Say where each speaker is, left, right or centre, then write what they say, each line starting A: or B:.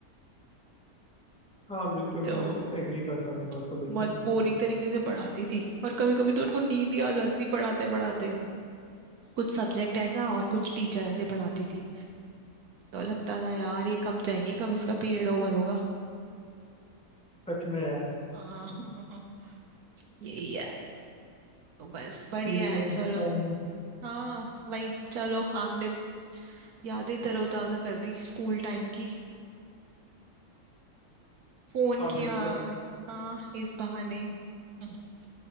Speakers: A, in the centre; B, on the right.
A: हाँ बिल्कुल
B: तो
A: मैं एग्री करता हूँ इस बात को बिल्कुल
B: बहुत बोरिंग तरीके से पढ़ाती थी और कभी कभी तो उनको नींद ही आ जाती थी पढ़ाते पढ़ाते कुछ सब्जेक्ट ऐसा और कुछ टीचर ऐसे पढ़ाती थी तो लगता था यार ये कब जाएंगी कब इसका पीरियड ओवर होगा
A: सच में यार
B: हाँ <laughs> यही है तो बस बढ़िया
A: ठीक है
B: है
A: और
B: चलो
A: बताओ यार
B: हाँ लाइफ चलो आपने यादें तरोताजा कर दी स्कूल टाइम की फोन
A: हाँ
B: किया
A: बिल्कुल
B: हाँ इस बहाने <laughs>